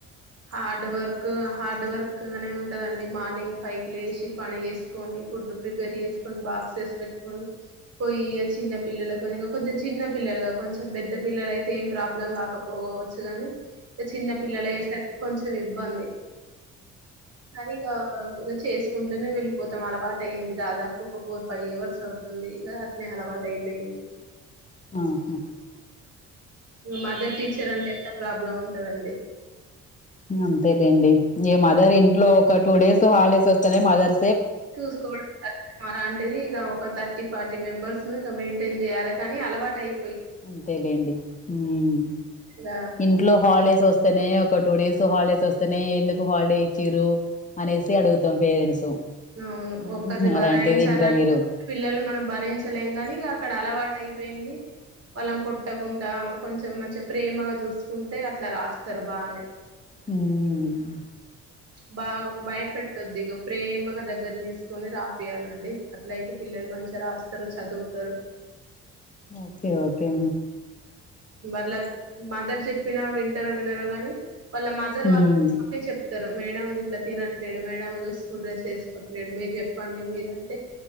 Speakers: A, on the right; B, on the left.
A: హార్డ్ వర్క్ హార్డ్ వర్క్ నే ఉంటదండి మార్నింగ్ ఫైవ్ క లేసి పని చేసుకొని ఫుడ్ ప్రిపేర్ చేసుకొని బాక్సెస్ పెట్టుకొని పోయి చిన్న పిల్లలతో కొంచెం చిన్న పిల్లలుగా కొంచెం పెద్ద పిల్లల అయితే ఏం ప్రాబ్లం కాకపోవచ్చు కాగాని చిన్న పిల్లలే సర కొం ఇబ్బంది అనిచ్చసు కుంటేనే వెళ్ళిపోతాం అలవాటు అయిింది దాదాపు ఒక ఫోర్ ఫైవ్ అవర్స్ అవుతుంది ఇ అట్నే అలవాటు అయిపోయింది
B: ఆహా
A: మదర్ టీచర్ అంటే ఎంత ప్రాబ్లం ఉంటుంది ఇంటనండి
B: అంతేలిండి ఏ మదర్ ఇంట్లో ఒక టూ డేస్ హా స వస్తానే మాదత
A: చూసుకోవ అలాంటిది ఇక ఒక థర్టీ టీ ఫార్టీ మెంబర్స్ ను మెయింటైన్ చేయాలి కానీ అలవాటు అయి
B: అంతేలేండి హ్మ్
A: ఇగ
B: ఇంట్లో హాలిడేస్ వస్ స్తనే ఒక టూ డేస్ హాలిడేస్ వస్తేనే ఎందుకు హాలిడే ఇచ్చిరు, అనేసి అడుగుతాం పేరెంట్స్
A: అవును
B: ఉమ్
A: ఒక్కరిని భరాయించా,
B: అలాంటిది ఇంకా మీరు
A: పిల్లలు మనం భరించలేము కాని ఇంకా అక్కడ అలవాటు అయిపోయింది వాళ్ళం కొట్టకుండా కొంచెం మంచిగా ప్రేమగా చూసుకుంటే అట్లా రాస్తరు బానే
B: హ్మ్
A: బా భయపెట్టద్దు ఇగా ప్రేమ న దగ్గర తీసుకొని రాపియాలండి, అట్ల అయితే పిల్లలు మంచిగా రాస్తరు చదువుతరు
B: ఓకే ఓకే
A: వాళ్ల మదర్ చెప్పిన వింటరో వినరో గాని వాళ్ళ మదర్
B: ఉమ్
A: వాళ్ళు కూడా మాకే చెప్ తారు మేడం గిట్ల తినట్లేడు, మేడం స్కూల్ డ్రెస్ వేసుకోట్లేడు, మీరు చెప్పండి మీరు అంటే